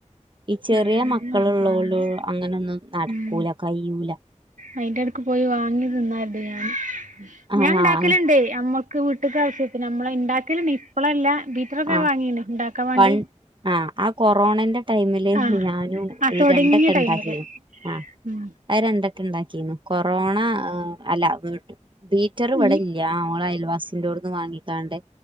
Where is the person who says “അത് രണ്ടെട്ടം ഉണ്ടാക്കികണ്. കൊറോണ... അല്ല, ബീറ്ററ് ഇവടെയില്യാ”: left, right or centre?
Right